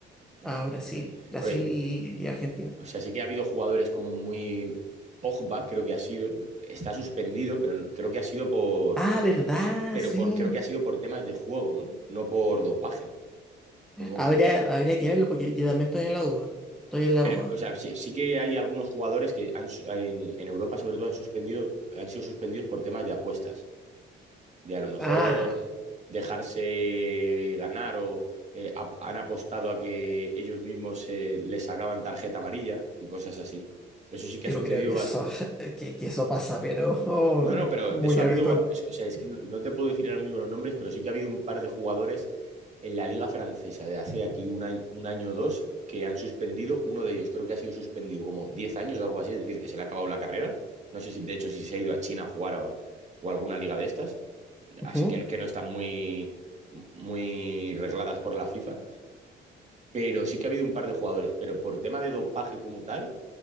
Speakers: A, on the right (about 35°); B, in the centre.
A: mm,
B: a Brasil, Brasil
A: por ahí.
B: y y Argentina.
A: O sea, sí que ha habido jugadores como muy... Pogba, creo que ha sido, está suspendido, pero no- creo que ha sido por...
B: Ah, ¿verdad?
A: Pero
B: Sí.
A: por, creo que ha sido por temas de juego, ¿no? No por dopaje. O no-
B: Habría,
A: o-
B: habría que verlo porque yo también estoy en la duda. Estoy en la
A: pero,
B: duda.
A: o sea, sí, sí que hay algunos jugadores que han, su- en, en Europa, sobre todo, han suspendido, han sido suspendidos por temas de apuestas. De a lo mejor
B: Ah,
A: dejarse ganar o eh, ha- han apostado a que ellos mismos eh, les sacaban tarjeta amarilla y cosas así. Eso sí que
B: yo
A: ha sucedido,
B: creo que eso, <laughs> que, que eso pasa, pero <laughs> oh,
A: no, no, pero
B: muy
A: de eso ha
B: habitual.
A: habido, o sea, es que no, no te puedo decir ahora mismo los nombres, pero sí que ha habido un par de jugadores en la liga francesa de hace aquí un año, un año o dos que han suspendido, uno de ellos creo que ha sido suspendido como 10 años o algo así, es decir, que se le ha acabado la carrera. No sé si, de hecho, si se ha ido a China a jugar o, a- o a alguna liga de estas,
B: Ujú.
A: así que, no, que no están muy, muy regladas por la FIFA, pero sí que ha habido un par de jugadores, pero por tema de dopaje como tal,